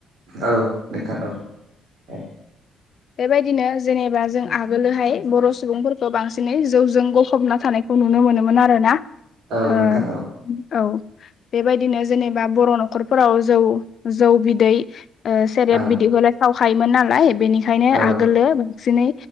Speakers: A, on the right; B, on the left.
A: औ नोंथां औ औ
B: बेबायदिनो जेनेबा जों आगोलोहाय बर' सुबुंफोरखौ बांसिनै जौजों गफबना थानाय खौ नुनो मोनोमोन आरो ना
A: औ
B: औ
A: नोंथां
B: बेबायदिनो जेनेबा बर' न'खरफोराव जौ जौ बिदै सेरेब
A: औ
B: बिदिखौलाय सावखायोमोन नालाय बेनिखायनो
A: औ
B: आगोलो बांसिनै